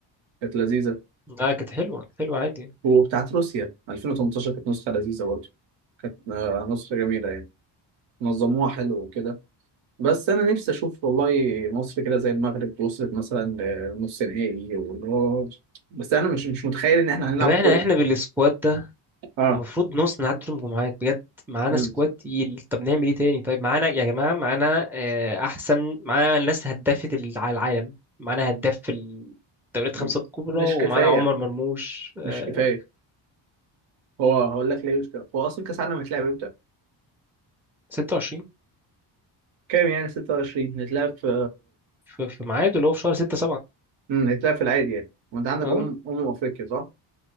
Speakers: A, on the right (about 80°); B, in the centre.
A: كانت لذيذه
B: لا كانت حلوه كانت حلوه عادي يعني.
A: وبتاعت روسيا 2018 كانت نسخة لذيذة برضه كانت آه، نسخة جميلة يعني نظموها حلو وكده بس أنا نفسي أشوف والله مصر كده زي المغرب وصلت مثلا لنص نهائي واللي هو بس أنا مش مش متخيل إن إحنا هنلعب
B: طب احنا
A: كل
B: احنا بالسكواد ده
A: آه
B: المفروض نص نعدي دور المجموعات بجد معانا
A: مم.
B: سكواد تقيل طب نعمل ايه تاني طيب معانا يا جماعه معانا آه، احسن معانا الناس هدافه ال- على العالم معانا هداف في الدوريات الخمسه
A: مم.
B: الكبرى
A: مش
B: ومعانا
A: كفاية
B: عمر مرموش آه،
A: مش كفاية هو هقول لك ليه مش كفاية هو أصلا كأس العالم هيتلعب إمتى؟
B: 26
A: كام يعني 26 هيتلعب في
B: في في ميعاده اللي هو في شهر 6
A: مم، هيتلعب في العادي يعني وأنت عندك
B: اه
A: أمم أمم أفريقيا صح؟